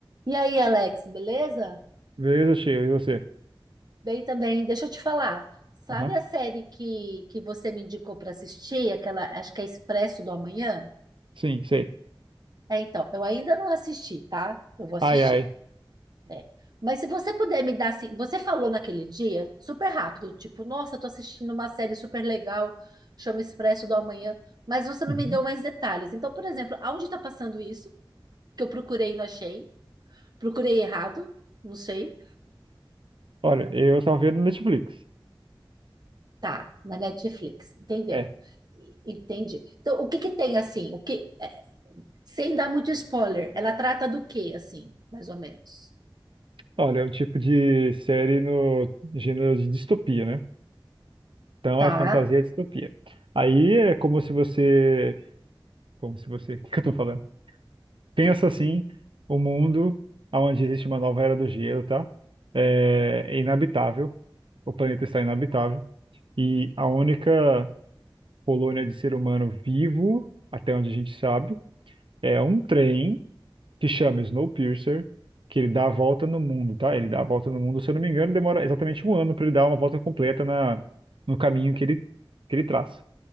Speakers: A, on the right; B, on the right.
A: E aí, Alex, beleza?
B: Beleza, Sheila, e você?
A: Bem também, deixa eu te falar. Sabe
B: Aham,
A: a série que, que você me indicou para assistir? Aquela, acho que é Expresso do Amanhã?
B: Sim, sei.
A: É, então, eu ainda não assisti, tá? Eu vou assistir.
B: Ai, ai.
A: é. Mas se você puder me dar assim, você falou naquele dia, super rápido, tipo, nossa, tô assistindo uma série super legal, chama Expresso do Amanhã, mas você não
B: Uhum.
A: me deu mais detalhes. Então, por exemplo, aonde está passando isso? Que eu procurei e não achei. Procurei errado, não sei.
B: Olha, eu tava vendo Netflix.
A: Tá, na Netflix, entendeu?
B: É.
A: Entendi. Então, o que que tem assim? O que, é, sem dar muito spoiler, ela trata do que assim, mais ou menos?
B: Olha, é um tipo de série no gênero de distopia, né? Então
A: Tá,
B: é fantasia e distopia. Aí é como se você. Como se você. <laughs> O que que eu tô falando? Pensa assim: o mundo onde existe uma nova era do gelo, tá? É é inabitável. O planeta está inabitável. E a única colônia de ser humano vivo, até onde a gente sabe, é um trem. que chama Snowpiercer, que ele dá a volta no mundo, tá? Ele dá a volta no mundo, se eu não me engano, demora exatamente um ano para ele dar uma volta completa na, no caminho que ele, que ele traça.